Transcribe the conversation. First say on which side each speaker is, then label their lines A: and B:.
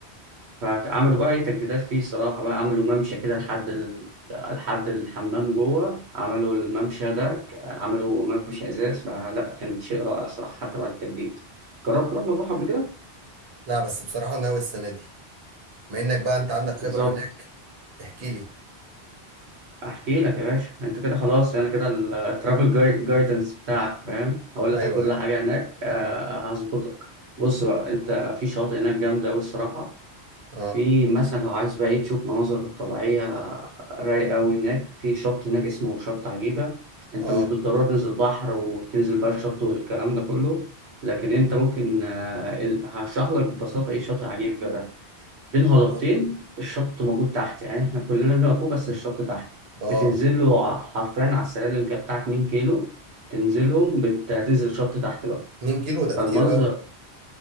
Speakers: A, on the right (about 80°); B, on the right (about 65°).
A: فعملوا بقى ايه تجديدات فيه الصراحة بقى عملوا ممشى كده لحد ال... لحد الحمام جوه عملوا الممشى ده ك- عملوا ممشى ازاز فلا كان شيء رائع صراحة حتى بعد التجديد جربت تروح مطروح قبل كده؟
B: لا بس بصراحه ناوي السنه دي بما انك بقى انت عندك خبره
A: بالظبط
B: هناك احكي لي
A: احكي لك يا باشا انت كده خلاص انا كده الترافل جايدنس بتاعك فاهم هقول لك
B: ايوه
A: كل
B: ايوه
A: حاجة هناك آه، هظبطك بص بقى انت في شاطئ هناك جامدة أوي الصراحة
B: اه
A: في مثلا لو عايز بقى إيه تشوف مناظر طبيعية رايقة أوي هناك في شط هناك اسمه شط عجيبة أنت
B: اه
A: مش بالضرورة تنزل بحر وتنزل بقى الشط والكلام ده كله لكن أنت ممكن آه، ال- هشرح لك ببساطة إيه شط عجيبة ده بين هضبتين
B: اه
A: الشط موجود تحت يعني إحنا كلنا بنبقى فوق بس الشط تحت
B: آه.
A: بتنزل له ع- حرفيا على السلالم كده بتاع 2 كيلو تنزلهم بت- بتنزل الشط تحت بقى
B: 2 كيلو ده كتير
A: فالمنظر
B: قوي